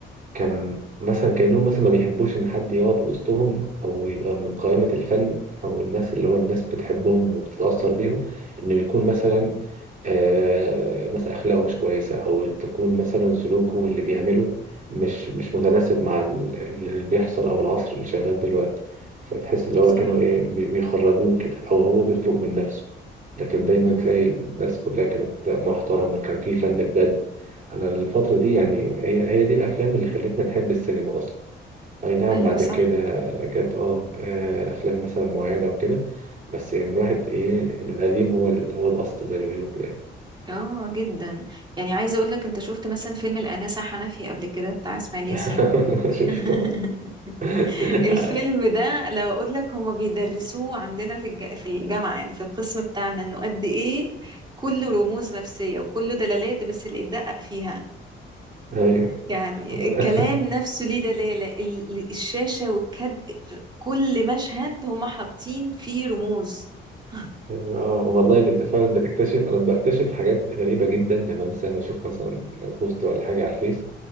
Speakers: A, on the right; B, on the right.
A: كان مثلا كأنهم مثلا ما بيحبوش إن حد يقعد وسطهم أو يبقى من قائمة الفن أو الناس اللي هو الناس بتحبهم وبتتأثر بيهم إنه يكون مثلا آه مثلا أخلاقه مش كويسة أو تكون مثلا سلوكه اللي بيعمله مش مش متناسب مع ال- اللي بيحصل أو العصر اللي شغال دلوقتي فتحس اللي هو
B: صح
A: كانوا إيه بي- بيخرجوه كده أو هو بيخرج من نفسه لكن دايما
B: امم
A: تلاقي الناس كلها كانت محترمة كان في فن بجد انا الفترة دي يعني هي هي دي الافلام اللي خلتنا نحب السينما اصلا اي نعم
B: ايوه
A: بعد
B: صح
A: كده جت اه آه، افلام مثلا معينة وكده بس يعني الواحد ايه القديم هو ال- هو الاصل زي ما بيقولوا يعني
B: اه جدا يعني عايزه اقول لك انت شفت مثلا فيلم الانسه حنفي قبل كده بتاع اسماعيل ياسين
A: <laughs> شفته
B: <laughs>
A: <laughs>
B: الفيلم ده لو اقول لك هما بيدرسوه عندنا في الج... في الجامعه يعني في القسم بتاعنا انه قد ايه كله رموز نفسيه وكله دلالات بس اللي اتدقق فيها
A: ايوه
B: يعني
A: <laughs>
B: الكلام نفسه ليه دلاله ال- الشاشه والكد كل مشهد هما حاطين فيه رموز <laughs>
A: اه والله بنت فعلا بتكتشف انا بكتشف حاجات غريبة جدا لما مثلا بشوف مثلا بوست ولا حاجة على الفيس